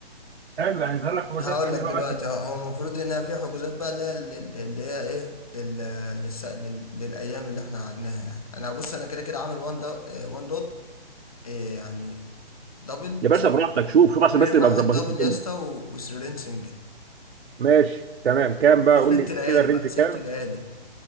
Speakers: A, on the right; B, on the left.
A: حلو يعني ظهر لك حوشات
B: هقول
A: ايه دلوقتي
B: لك دلوقتي اه، هو المفروض هنا في حجوزات بقى اللي هي اللي اللي هي ايه لل... للس... لل... للايام اللي احنا قعدناها يعني انا بص انا كده كده عامل وان دو... اه، وان دوت اه، يعني دبل
A: يا باشا براحتك شوف شوف عشان
B: سرير
A: بس نبقى
B: واحد
A: مظبطين
B: دبل
A: الدنيا
B: يا اسطى و... وسريرين سنجل
A: ماشي تمام كام بقى
B: في
A: قول
B: ست
A: لي
B: ليالي
A: كده الرينج
B: بقى ست
A: كام
B: ليالي